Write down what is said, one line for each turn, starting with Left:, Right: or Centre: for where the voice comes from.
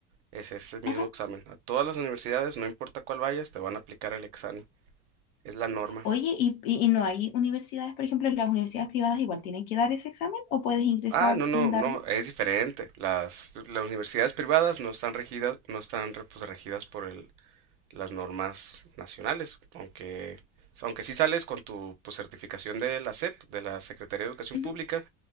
Right: Es este mismo
Left: Ajá.
Right: examen. A todas las universidades, no importa cuál vayas, te van a aplicar el examen. Es la norma.
Left: Oye, y, y- y no hay universidades, por ejemplo, las universidades privadas igual tienen que dar ese examen o puedes ingresar
Right: Ah, no,
Left: sin
Right: no, no,
Left: darlo.
Right: es diferente. Las, las universidades privadas no están regidas, no están re- pues, regidas por el, las normas nacionales, aunque, aunque sí sales con tu pues, certificación de la SEP, de la Secretaría de Educación
Left: Ujú.
Right: Pública,